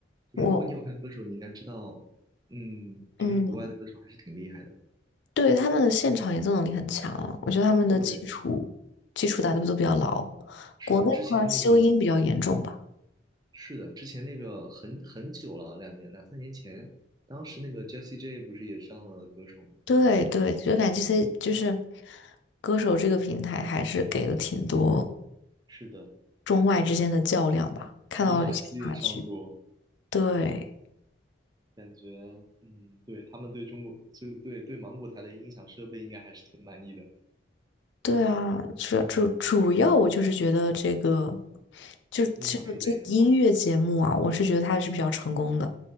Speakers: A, on the right; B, on the left.
A: 就是如果你有看歌手，
B: 我
A: 你应该知道，嗯，
B: 嗯，
A: 就是国外的歌手还是挺厉害的。
B: 对他们的现场演奏能力很强啊我觉得他们的基础基础打得都比较牢。
A: 对，是的，
B: 国内的话，
A: 之前那个，
B: 修音比较严重吧。
A: 嗯，是的，之前那个很很久了，两年两三年前，当时那个 Jessie J 不是也上了歌手吗？
B: 对对，就感觉这些就是歌手这个平台还是给了挺多。
A: 是的，
B: 中外之间的较量吧，看到了一些差距。
A: 比马西也上过，
B: 对，
A: 感觉嗯，对，他们对中国就对对芒果台的音响设备应该还是挺满意的。
B: 对啊，主主主要我就是觉得这个，就这个这个音乐节目啊，
A: 音响设备很好，
B: 我是觉得它还是比较成功的。